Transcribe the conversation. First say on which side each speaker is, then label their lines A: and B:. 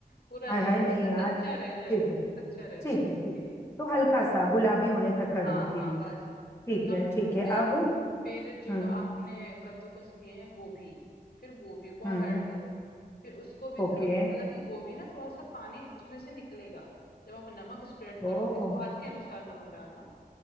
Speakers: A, on the left; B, on the left.
A: पूरा
B: हाय
A: नहीं
B: हाय नहीं
A: थोड़ा सा
B: यार
A: कच्चा रह जाए
B: ठीक
A: थोड़ा
B: है
A: कच्चा रह
B: ठीक
A: जाए
B: है ठीक है
A: हम्म
B: तो हल्का सा गुलाबी होने तक कर
A: हाँ
B: देती
A: हाँ
B: हूँ
A: बस उतना
B: ठीक है ठीक
A: हो हो
B: है
A: गया
B: अब
A: फिर जो
B: हम्म
A: आपने कद्दूकस किए हैं गोभी फिर गोभी को आप
B: हम्म
A: ऐड करो फिर उसको भी
B: ओके
A: अब हालांकि गोभी ना थोड़ा सा पानी उसमें से निकलेगा जब आप नमक स्प्रेड करोगे
B: ओ
A: स्वाद के अनुसार नमक डालना